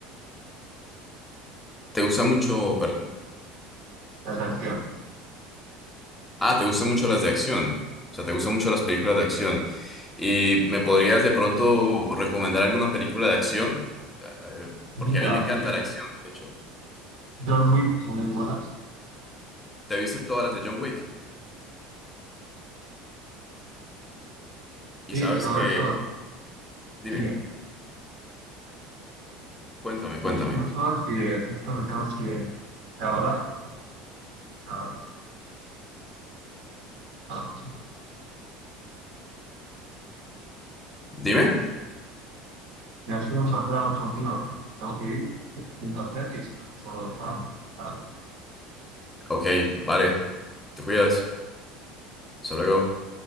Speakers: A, on the left; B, on the right.
A: ¿te gusta mucho, perdón,
B: las acciones.
A: ah, te gustan mucho las de acción? O sea, ¿te gustan mucho las películas de acción? ¿Y me podrías de pronto recomendar alguna película de acción? Eh,
B: Linda,
A: porque a mí me encanta la acción, de hecho.
B: John Wick, muy buena,
A: ¿Te viste todas las de John Wick? Y
B: y
A: sabes
B: Roberto,
A: que, dime,
B: bien.
A: cuéntame, cuéntame.
B: Disculpa que justo me tengo que ir ahora. Ah, ah,
A: Dime.
B: Me ha sido un placer hablar contigo. Tengo que ir. Entonces, y espero que puedo trabajar. Ah,
A: Ok, vale. Te cuidas. Hasta luego.